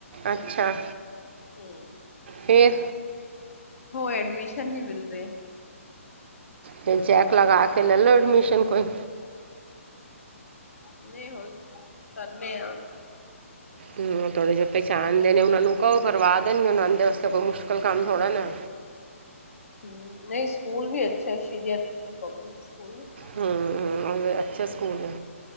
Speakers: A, on the right (about 50°); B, on the left (about 75°).
A: ਅੱਛਾ-
B: ਹੂੰ
A: ਫੇਰ।
B: ਹੋ ਐਡਮਿਸ਼ਨ ਨ੍ਹੀਂ ਮਿਲ ਰਿਆ।
A: ਕੋਈ ਜੈਕ ਲਗਾ ਕੇ ਲੱਲ ਲੋ ਐਡਮਿਸ਼ਨ ਕੋਈ।
B: ਨਈ ਹੁਣ ਕਰਨੇ ਆਂ।
A: ਹੂੰ ਥੋੜ੍ਹੇ ਜੇ ਪੈੈਸ਼ਾਣ ਦੇ ਨੇ ਓਨਾਂ ਨੂੰ ਕਓ ਕਰਵਾ ਦੇਣਗੇ, ਓਨਾ ਦੇ ਅਸਤੇ ਕੋਈ ਮੁਸ਼ਕਲ ਕੰਮ ਥੋੜ੍ਹਾ ਨਾ।
B: ਹੂੰ ਨਈ ਸਕੂਲ ਵੀ ਅੱਛਾ ਸ਼੍ਰੀ ਹਰ ਕ੍ਰਿਸ਼ਨ ਪਬਲਿਕ ਸਕੂਲ।
A: ਹੂੰ ਹੂੰ ਓ ਅੱਛਾ ਸਕੂਲ ਏ।